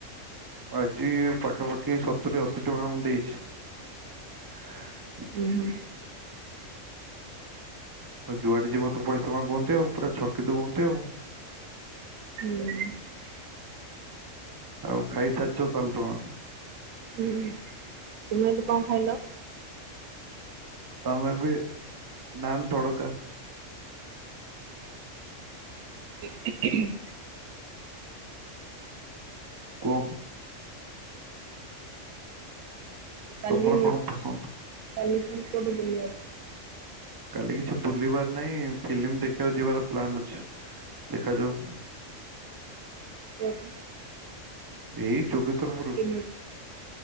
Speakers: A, on the right (about 20°); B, on the right (about 80°).
A: ଆଜି ପାଖାପାଖି ସତୁରୀ ଅଶୀ ଟଙ୍କା ମୁଁ ଦେଇଛି। <inaudible>
B: ହୁଁ ହୁଁ
A: ଆଉ ଯୁଆଡେ ଯିବ ତ ପଇସା ମାଗନ୍ତି ଆଉ ପୁରା ଛକି ଦିଅନ୍ତି ଆଉ <inaudible>
B: ହୁଁ।
A: ଆଉ ଖାଇସାରଛ ତାହଲେ ତମେ
B: ହୁଁ ତୁମେ ଆଜି କଣ ଖାଇଲ?
A: ତମେ ବି ନାନ ତଡ଼କା
B: ଉଁ ହୁଁ <inaudible>
A: କୁହ
B: କାଲି
A: ତମର କଣ ପସନ୍ଦ?
B: କାଲି ରୂପ ଟୁ ବୁଲିଆ
A: କି କିଛି ବୁଲିବାର ନାହିଁ ଫିଲ୍ମି ଦେଖିବାକୁ ଯିବାର ପ୍ଲାନ୍ ଅଛି। ଦେଖାଯାଉ <inaudible>
B: ଓହୋ
A: ଏଇ ଯୋଗେଶ ର ମୋର
B: ମୁ